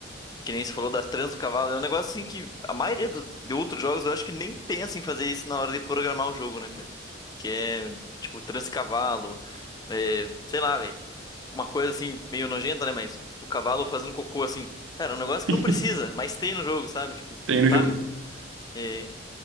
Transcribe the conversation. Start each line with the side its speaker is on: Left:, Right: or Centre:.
Left: que nem você falou da trans do cavalo, é um negócio assim que a maioria do- de outros jogos eu acho que nem pensa em fazer isso na hora de programar o jogo, né, cara? Que é, tipo, trans de cavalo, é, sei lá, velho. uma coisa assim, meio nojenta, né? Mas o cavalo fazendo cocô, assim, cara, é um negócio que
Right: <laughs>
Left: não precisa, mas tem no jogo, sabe? Tipo,
Right: Tem no
Left: sabe?
Right: jogo.
Left: É,